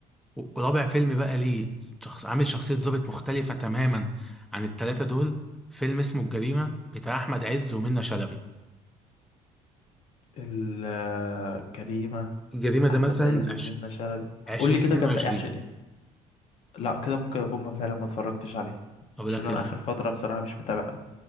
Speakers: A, in the centre; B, on the left (about 50°).
A: و- ورابع فيلم بقى ليه شخص عامل شخصية ظابط مختلفة تماما عن التلاتة دول فيلم اسمه الجريمة بتاع احمد عز ومنة شلبي
B: ال- آه، كريمة
A: الجريمة ده
B: احمد
A: مثلا
B: عز ومنة
A: عش...
B: شلبي
A: 2022
B: قول لي كده كان ايه عشان لا كده ممكن اكون ما فعلا ما اتفرجتش عليه
A: اقول
B: عشان
A: لك
B: انا اخر فترة بصراحة مش متابع قوي